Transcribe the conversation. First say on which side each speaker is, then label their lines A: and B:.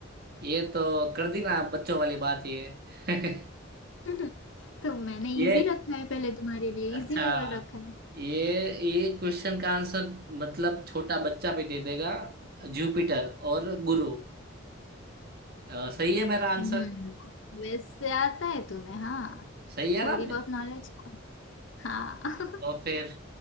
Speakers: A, on the right; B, on the left.
A: ये तो कर दी ना आप, बच्चों वाली बात ये <laughs>
B: <laughs> तो मैंने
A: ये
B: इजी रखा है पहले तुम्हारे लिए
A: अच्छा
B: इजी लेवल रखा है
A: ये ये क्वेश्चन का आंसर मतलब छोटा बच्चा भी दे देगा जुपिटर और गुरु अ, सही है मेरा आंसर
B: हम्म वेस्ट से आता है तुम्हें हाँ
A: सही है
B: थोड़ी
A: ना मेरा
B: बहुत नॉलेज हाँ
A: तो
B: <laughs>
A: फिर